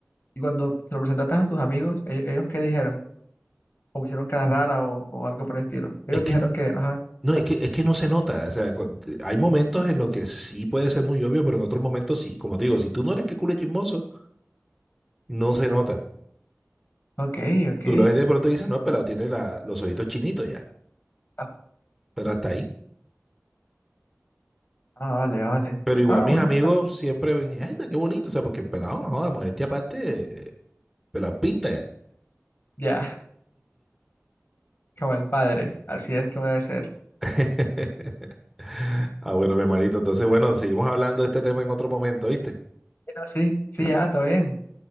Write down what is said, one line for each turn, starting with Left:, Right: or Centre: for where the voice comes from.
Left: y cuando se lo presentaste a tus amigos, ¿e- ¿ellos, qué dijeron? ¿O pusieron cara rara o, o algo por el estilo? Ellos
Centre: Es que
Left: dijeron que, ajá,
Centre: no, es
Left: vale.
Centre: que, es que no se nota. O sea, cu- hay momentos en los que sí puede ser muy obvio, pero en otros momentos sí. Como te digo, si tú no eres que culo chismoso, no se nota.
Left: ok, ok.
Centre: Tú lo ves de pronto y dices, no, el pelado tiene la- los ojitos chinitos ya.
Left: Ah,
Centre: Pero hasta ahí.
Left: ah, vale, vale.
Centre: Pero igual
Left: Ah,
Centre: mis
Left: bueno,
Centre: amigos siempre ven, ay, anda, qué bonito. O sea, porque el pelado no joda, modestia aparte, eh, pelado pinta ya.
Left: ya, como el padre. Así es como debe ser.
Centre: <laughs> Ah, bueno, mi hermanito. Entonces, bueno, seguimos hablando de este tema en otro momento, ¿viste?
Left: No, sí, sí, ya, todo bien.